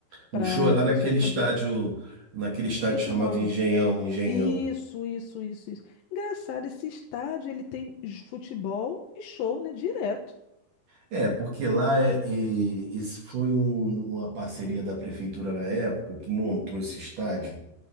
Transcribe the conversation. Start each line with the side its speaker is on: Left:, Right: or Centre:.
Right: O
Left: Para
Right: show é
Left: as
Right: lá
Left: pessoas
Right: naquele
Left: poderem.
Right: estádio, naquele estádio
Left: Esqueci
Right: chamado
Left: o nome.
Right: Engenhão, Engenhão.
Left: Isso, isso, isso, isso. Engraçado, esse estádio ele tem j- futebol e show, né? Direto.
Right: É, porque lá é, e- esse foi um- uma parceria da prefeitura na época que montou esse estádio